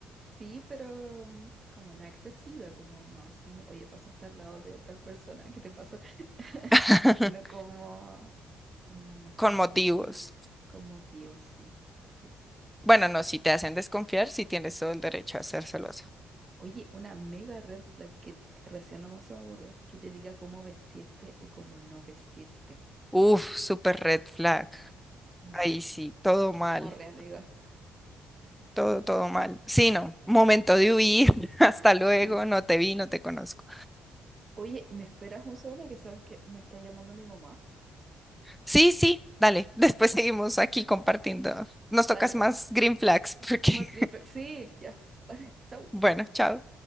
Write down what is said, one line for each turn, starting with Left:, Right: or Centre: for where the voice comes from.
Right: Sí, pero mm, como no excesiva, como no, así como, oye, pasaste al lado de tal persona, ¿qué te pasa? <laughs>
Centre: <laughs>
Right: Sino como, como más
Centre: Con
Right: como,
Centre: motivos.
Right: como tío, sí. Sí, sí, sí.
Centre: Bueno, no, si te hacen desconfiar, sí tienes todo el derecho a ser celosa.
Right: Oye, una mega red flag que que recién nomás se me ocurrió, que te diga cómo vestirte o cómo no vestirte.
Centre: Uf, súper red flag.
Right: Mal.
Centre: Ahí sí, todo mal,
Right: Corre, amiga.
Centre: todo, todo mal. Sí, no, momento de huir, <laughs> hasta luego,
Right: Mm.
Centre: no te vi, no te conozco.
Right: Oye, ¿me esperas un segundo que sabes que me está llamando mi mamá?
Centre: Sí, sí, dale, después seguimos aquí compartiendo. Nos
Right: Vale,
Centre: tocas
Right: vale.
Centre: más green flags, porque,
Right: Más green flag. Sí, ya. <laughs> Vale, chau.
Centre: <laughs> bueno, chao.